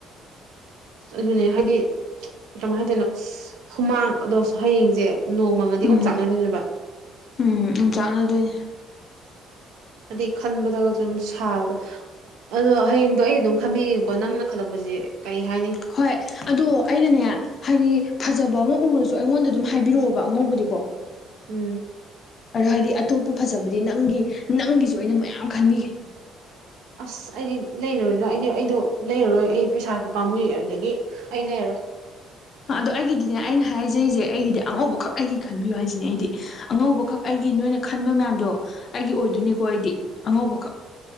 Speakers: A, on the right (about 85°); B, on the left (about 45°).
A: ꯑꯗꯨꯅꯦ ꯍꯥꯏꯗꯤ ꯀꯃꯥꯏ ꯍꯥꯏꯗꯣꯏꯅꯣ ꯍꯨꯃꯥꯡ ꯑꯗꯣ ꯍꯌꯦꯡꯁꯦ ꯅꯣꯡ ꯃꯪꯉꯗꯤ
B: ꯎꯝ
A: ꯑꯣꯝꯆꯥꯛ ꯅꯗꯣꯏꯅꯦꯕ꯫
B: ꯎꯝ ꯑꯣꯝꯆꯥꯛꯅꯗꯣꯏꯅꯦ꯫
A: ꯑꯗꯩ ꯈꯟꯕꯗꯒꯁꯨꯝ ꯁꯥꯕꯗ ꯑꯗꯣ ꯍꯌꯦꯡꯗꯣ ꯑꯩ ꯑꯗꯨꯝ ꯈꯟꯕꯤꯒꯦꯀꯣ ꯅꯪꯅ ꯈꯜꯂꯛꯄꯁꯦ ꯀꯩ ꯍꯥꯏꯅꯤ
B: ꯍꯣꯏ ꯑꯗꯣ ꯑꯩꯅꯅꯦ꯫ ꯍꯥꯏꯗꯤ ꯐꯖꯕ ꯑꯃ ꯎꯔꯁꯨ ꯑꯩꯉꯣꯟꯗ ꯑꯗꯨꯝ ꯍꯥꯏꯕꯤꯔꯛꯑꯣꯕ ꯑꯉꯧꯕꯗꯤꯀꯣ꯫
A: ꯎꯝ꯫
B: ꯑꯗꯣ ꯍꯥꯏꯗꯤ ꯑꯇꯣꯞꯄ ꯐꯖꯕꯗꯤ ꯅꯪꯒꯤ ꯅꯪꯒꯤꯁꯨ ꯑꯩꯅ ꯃꯌꯥꯝ ꯈꯟꯕꯤꯒꯦ꯫
A: ꯑꯁ ꯑꯩꯗꯤ ꯂꯩꯔꯔꯣꯏꯗ ꯑꯩꯗꯤ ꯑꯩꯗꯣ ꯂꯩꯔꯔꯣꯏ ꯑꯩ ꯄꯩꯁꯥꯗꯨ ꯄꯥꯝꯃꯏꯦ ꯑꯗꯨꯗꯒꯤ ꯑꯩ ꯂꯩꯔꯔꯣꯏ꯫
B: ꯑꯗꯣ ꯑꯩꯒꯤꯗꯤꯅꯦ ꯑꯩꯅ ꯍꯥꯏꯖꯔꯤꯁꯦ ꯑꯩꯒꯤꯗꯤ ꯑꯉꯧꯕ ꯈꯛ ꯑꯩꯒꯤ ꯈꯟꯕꯤꯌꯨ ꯍꯥꯏꯁꯤꯅꯦ ꯑꯩꯗꯤ꯫ ꯑꯉꯧꯕꯈꯛ ꯑꯩꯒꯤ ꯅꯣꯏꯅ ꯈꯟꯕ ꯃꯌꯥꯝꯗꯣ ꯑꯩꯒꯤ ꯑꯣꯏꯗꯣꯏꯅꯤꯀꯣ
A: ꯎꯝ
B: ꯑꯩꯗꯤ ꯑꯉꯧꯕꯈꯛ꯫